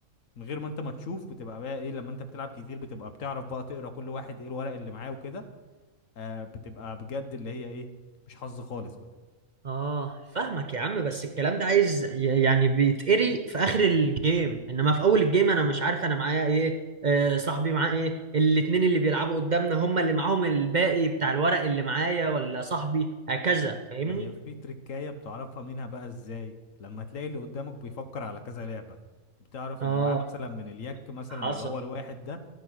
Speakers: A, on the left; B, on the right.
A: من غير ما انت ما تشوف بتبقى بقى ايه لما انت بتلعب كتير بتبقى بتعرف بقى تقرا كل واحد ايه الورق اللي معاه وكده آه بتبقى بجد اللي هي ايه مش حظ خالص بقى
B: اه فاهمك يا عم بس الكلام ده عايز ي- يعني بيتقري في اخر الجيم انما في اول الجيم انا مش عارف انا معايا ايه آه صاحبي معاه ايه الاتنين اللي بيلعبوا قدامنا هم اللي معاهم الباقي بتاع الورق اللي معايا ولا صاحبي هكذا فاهمني
A: ما هي في تركاية بتعرفها منها بقى ازاي لما تلاقي اللي قدامك بيفكر على كذا لعبة بتعرف
B: اه
A: انه معاه مثلا من اليك مثلا
B: حصل
A: اللي هو الواحد ده